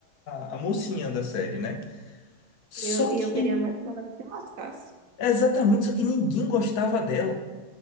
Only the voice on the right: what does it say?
E eu,
e eu queria mais que ela se lascasse.